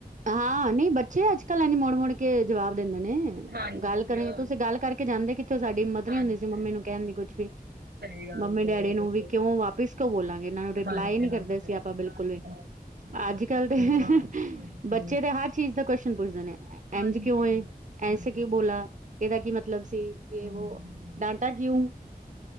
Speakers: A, on the right; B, on the right.
A: ਹਾਂ, ਨਈ ਬੱਚੇ ਆੱਜ-ਕਾੱਲ ਐਜਂ ਮੋੜ ਮੋੜ ਕੇ ਜਵਾਬ ਦੇਂਦੇ ਨੇ।
B: ਹਾਂਜੀ
A: ਗਾੱਲ ਕਰੇਗੇ
B: ਅ
A: ਤੁਸੀ ਗਾੱਲ ਕਰਕੇ ਜਾਂਦੇ ਕਿ ਤੇ ਓ ਸਾਡੀ ਹਿੰਮਤ ਨੀ
B: ਹਾਂਜੀ
A: ਹੁੰਦੀ ਸੀ ਮੰਮੀ ਨੂੰ ਕੈਨ ਦੀ ਕੁੱਛ ਵੀ,
B: ਸਹੀ ਗੱਲ
A: ਮੰਮੀ-ਡੈਡੀ
B: ਕਹਿ ਰਹੇ ਹੋ
A: ਨੂੰ
B: ਤੁਸੀਂ।
A: ਵੀ ਕਯੋਂ ਵਾਪਿਸ ਧੋ ਲਾਂਗੇ ਏਨਾਂ ਨੂੰ ਰਿਪਲਾਏ
B: ਹਾਂਜੀ
A: ਨੀ ਕਰਦੇ
B: ਹਾਂਜੀ
A: ਸੀ ਆਪਾ ਬਿਲਕੁੱਲ
B: ਨਾਟਕ
A: ਵੀ, ਆੱਜ-ਕਾੱਲ ਦੇ
B: ਪੂਰਾ
A: <unintelligible>
B: ਹਾਂਜੀ।
A: ਬੱਚੇ ਤੇ ਹਾਰ ਚੀਜ਼ ਦਾ ਕੋਸ਼ਨ ਪੁੱਛਦੇ ਨੇ,
B: ਹਾਂਜੀ
A: ਐਂਜ ਕਯੋਂ ਏ ਐਸੇ
B: ਹਾਂਜੀ,
A: ਕਯੁਂ ਬੋਲਾ ਏਦਾ ਕੀ ਮਤਲਬ ਸੀ, ਯੇ
B: ਹੂੰ ਹੂੰ
A: ਵੋ ਡਾਂਟਾ ਕਯੁਂ